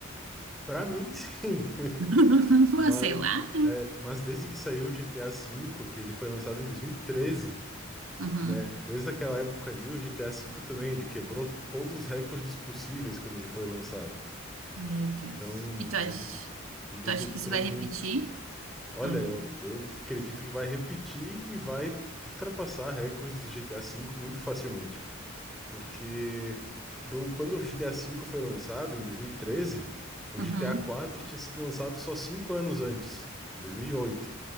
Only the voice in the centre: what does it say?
Pra mim, <laughs> sim.
Mas,
é, mas desde que saiu o GTA V, que ele foi lançado em 2013,
né? Desde aquela época ali, o GTA V também, ele quebrou todos os recordes possíveis quando ele foi lançado.
Então,
ele, ele
lucrou
muito.
Olha,
eu, eu acredito que vai repetir e vai ultrapassar recordes do GTA V muito facilmente. Porque do, quando o GTA V foi lançado, em 2013, o
GTA IV tinha sido lançado só cinco anos antes, em dois mil E oito,